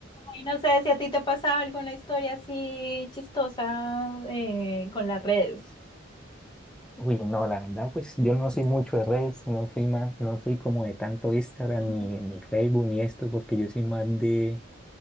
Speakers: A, on the left; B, in the centre.
A: Y no sé si a ti te ha pasado alguna historia así chistosa eh, con las redes.
B: Uy, no, la verdad, pues yo no soy mucho de redes, no soy más, no soy como de tanto Instagram
A: <laughs>
B: ni, ni Facebook ni esto, porque yo soy más de